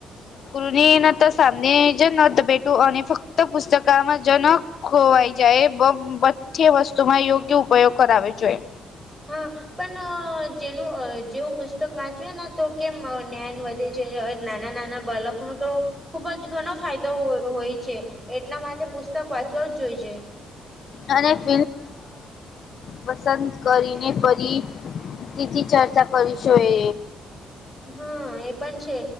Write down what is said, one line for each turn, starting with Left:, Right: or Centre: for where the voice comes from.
Left: <inaudible> <inaudible> અને ફક્ત પુસ્તકમાં જનક ખોવાઈ જાય બધી વસ્તુ માં યોગ્ય ઉપયોગ કરાવે જોઈ
Centre: હા પણ જેનું જેવું પુસ્તક વાંચ્યું ને તો કેમ જ્ઞાન વધે છે નાના નાના બાળકનું તો ખુબ જ ઘણો ફાયદો હોય છે એટલા માટે પુસ્તક વાંચવો જ જોઈએ.
Left: અને <inaudible> પસંદ કરીને ફરી તેથી ચર્ચા કરીશું એ
Centre: હા એ પણ છે